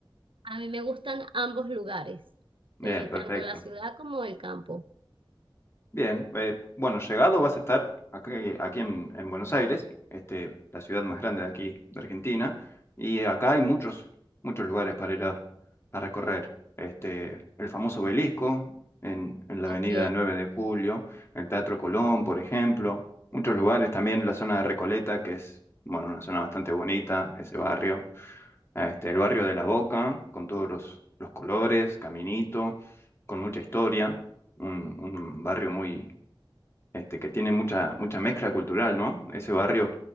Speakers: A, on the right (about 75°); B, on the left (about 30°).
A: A mí me gustan ambos lugares,
B: Bien,
A: eh,
B: perfecto.
A: tanto la ciudad como el campo.
B: Bien, eh, bueno, llegado vas a estar aquí, aquí en, en Buenos Aires, este, la ciudad más grande de aquí de Argentina, y acá hay muchos, muchos lugares para ir a, a recorrer. Este, el famoso Obelisco en, en la
A: Ok,
B: avenida 9 de Julio, el Teatro Colón, por ejemplo, muchos lugares, también la zona de Recoleta, que es, bueno, una zona bastante bonita, ese barrio, este, el barrio de La Boca, con todos los, los colores, caminito, con mucha historia, un un barrio muy este, que tiene mucha, mucha mezcla cultural, ¿no? Ese barrio,